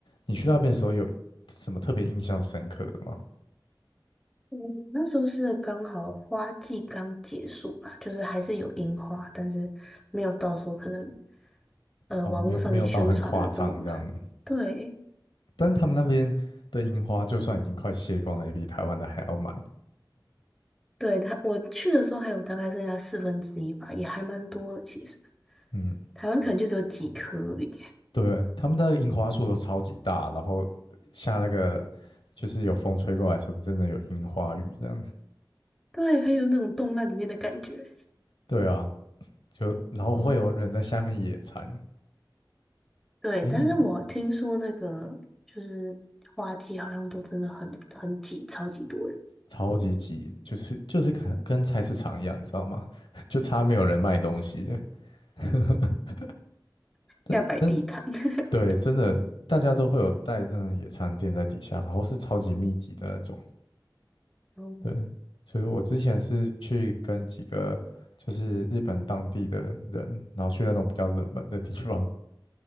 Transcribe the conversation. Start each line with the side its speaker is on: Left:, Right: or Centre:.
Left: 你去那边的时候有什么特别印象深刻的吗？
Centre: 嗯，那时候是刚好花季刚结束吧，就是还是有樱花，但是没有到时候可能呃网络上面宣传的这么满。
Left: 哦，没有，没有到很夸张这样子。
Centre: 对
Left: 但是他们那边的樱花，就算已经快谢光了，也比台湾的还要满。
Centre: 对，他我去的时候还有大概剩下四分之一吧，也还蛮多的。其实
Left: 嗯，
Centre: 台湾可能就只有几颗而已。
Left: 对，他们的樱花树都超级大，然后下那个就是有风吹过来的时候，真的有樱花雨这样子。
Centre: <laughs> 对，很有那种动漫里面的感觉。
Left: 对啊，就然后会有人在下面野餐。
Centre: 对，
Left: 哎，
Centre: 但是我听说那个就是花季，
Left: 你
Centre: 好像都真的很很挤，超级多人，
Left: 超级挤，就是就是跟跟菜市场一样，你知道吗？<laughs> 就差没有人卖东西了。<laughs> 但但
Centre: 要摆地摊，<laughs>
Left: 对，真的大家都会有带那种野餐垫在底下，然后是超级密集的那种。
Centre: 嗯，
Left: 对，所以我之前是去跟几个就是日本当地的人，然后去那种比较冷门的地方，